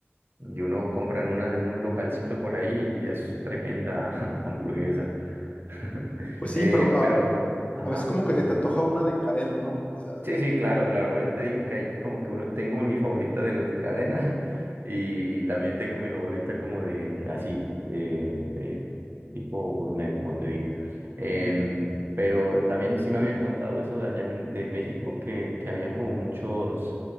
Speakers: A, on the right; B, on the left.
A: y uno compra en una de un localcito por ahí y es tremenda <laughs> hamburguesa. <laughs>
B: Pues sí,
A: Eh,
B: pero a,
A: pero,
B: a
A: ajá.
B: veces como que se te antoja una de cadena, ¿no? O sea,
A: Sí,
B: es-
A: sí, claro, claro. Por eso te digo que hay como que uno, tengo mi favorita de los de cadena <laughs> y, y también tengo mi favorita como de así, de, de tipo gourmet, como te digo. Em,
B: mm,
A: pero también sí me habían contado eso de allá en- de México, que, que habían como muchos,